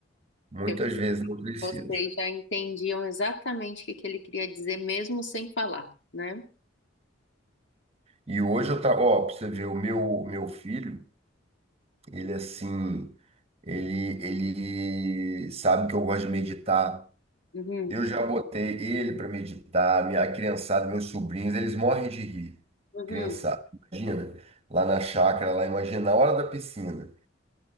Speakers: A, on the right; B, on the left.
A: Muitas
B: Porque você-
A: vezes não precisa.
B: vocês já entendiam exatamente o que que ele queria dizer, mesmo sem falar, né?
A: E hoje eu trago, ó, pra você ver, o meu, meu filho, ele assim, ele, ele sabe que eu gosto de meditar.
B: Uhum,
A: Eu já botei ele para meditar, minha criançada, meus sobrinhos, eles morrem de rir.
B: uhum.
A: Criançada, imagina, lá na chácara, lá, imagina, na hora da piscina.